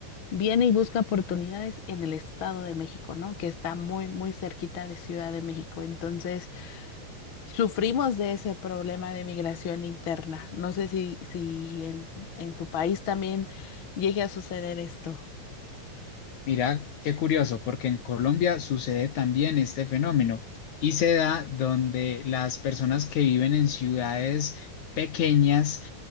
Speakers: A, on the left; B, on the left.
A: viene y busca oportunidades en el estado de México, ¿no? Que está muy, muy cerquita de Ciudad de México. Entonces, Sufrimos de ese problema de migración interna. No sé si, si en, en tu país también llegue a suceder esto.
B: Mira, qué curioso, porque en Colombia sucede también este fenómeno y se da donde las personas que viven en ciudades pequeñas